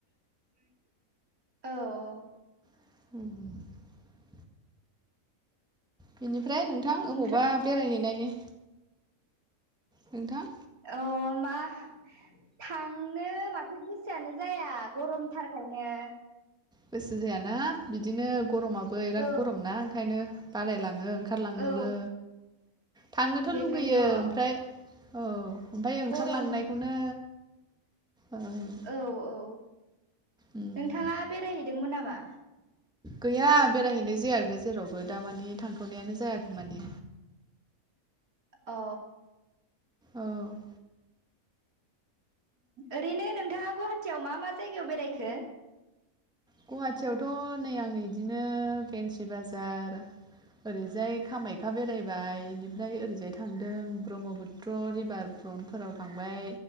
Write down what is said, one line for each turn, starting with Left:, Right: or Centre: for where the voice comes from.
Right: औ।
Centre: उम। बेनिफ्राय नोंथां
Right: ओमफ्राय
Centre: अबावबा बेरायहैनायनि। नोंथां।
Right: अ मा थांनो माथो गोसोआनो जाया गरमथार। बेखायनो।
Centre: गोसो जायाना बिदिनो गरमाबो बिराद
Right: औ
Centre: गरम ना ओंखायनो बालायलाङो। ओ ओंखारलांनोबो।
Right: औ
Centre: थांनोथ'
Right: बेखायनोथ'
Centre: लुबैयो ओमफ्राय औ ओमफ्राय ओंखारलांनायखौनो।
Right: गरम
Centre: ओं
Right: औ औ।
Centre: उम।
Right: नोंथाङा बेरायहैदोंमोन नामा?
Centre: गैया बेरायहैनाय जायाखै जेरावबो दा मानि थांथ'नायानो जायाखै माने।
Right: अ।
Centre: औ।
Right: ओरैनो नोंथाङा गुवाहाटियाव मा मा जायगायाव बेरायखो?
Centre: गुवाहाटियावथ' नै आङो इदिनो फेन्सि बाजार। ओरैजाय कामाख्या बेरायबाय बेनिफ्राय ओरैजाय थांदों ब्रह्मपुत्र रिभार। क्रनफोराव थांबाय